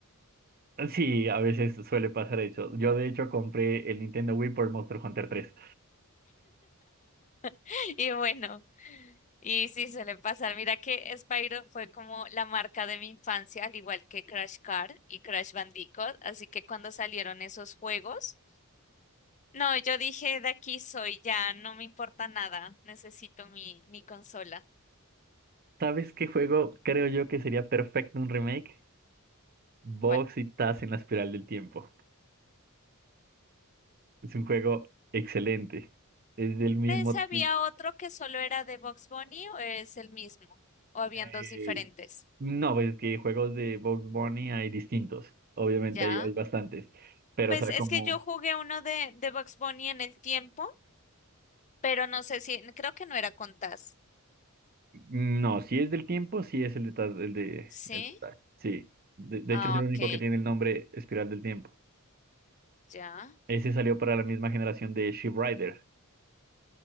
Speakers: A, on the right (about 45°); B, on the left (about 35°).
A: Sí, a veces suele pasar eso. Yo de hecho compré el Nintendo Wii por Monster Hunter 3.
B: <laughs> Y bueno, y sí suele pasar. Mira que Spyro fue como la marca de mi infancia, al igual que Crash Car y Crash Bandicoot. Así que cuando salieron esos juegos... No, yo dije, de aquí soy, ya no me importa nada, necesito mi, mi consola.
A: ¿Sabes qué juego creo yo que sería perfecto un remake? Box
B: ¿Cuál?
A: y Taz en la espiral del tiempo. Es un juego excelente. Es del mismo
B: ¿De ese
A: tipo.
B: había otro que solo era de Box Bunny o es el mismo? ¿O habían
A: eh,
B: dos diferentes?
A: no, pues es que juegos de Bugs Bunny hay distintos. Obviamente
B: ¿Ya?
A: hay, hay bastantes. Pero,
B: Pues
A: o sea,
B: es
A: como.
B: que yo jugué uno de, de Bugs Bunny en el tiempo, pero no sé si, creo que no era con Taz.
A: No, si es del tiempo, sí es el de. Taz- El de,
B: ¿Sí?
A: el de Taz, sí. De, de
B: Ah,
A: hecho, es el
B: ok,
A: único que tiene el nombre Espiral del Tiempo.
B: ya.
A: Ese salió para la misma generación de Sheep Rider,